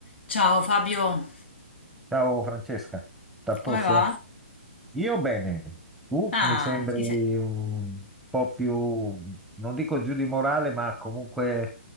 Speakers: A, on the left (about 60°); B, in the centre.
A: Ciao Fabio,
B: Ciao Francesca, t'apposto?
A: come va?
B: Io bene, tu
A: Ah,
B: mi sembri
A: ti sei-
B: un po' più, non dico giù di morale, ma comunque